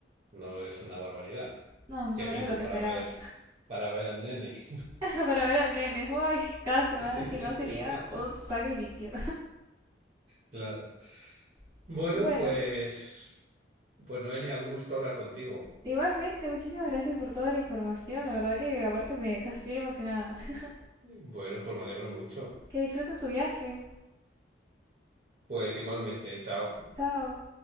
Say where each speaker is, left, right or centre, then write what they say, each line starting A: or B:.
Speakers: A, on the right (about 40°); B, on the right (about 20°).
A: no es una barbaridad.
B: No, mucho
A: Qué
B: menos
A: menos
B: de lo que
A: para
B: esperaba.
A: ver, para ver al nene.
B: <laughs> Para ver al nene. Ay, cada semana
A: <laughs>
B: si no sería un sacrificio.
A: Claro.
B: <laughs>
A: Bueno,
B: Bueno,
A: pues, pues Noelia, un gusto hablar contigo.
B: Igualmente, muchísimas gracias por toda la información. La verdad que aparte me dejas bien emocionada. <laughs>
A: Bueno, pues me alegro mucho.
B: Que disfruten su viaje.
A: Pues igualmente, chao.
B: Chao.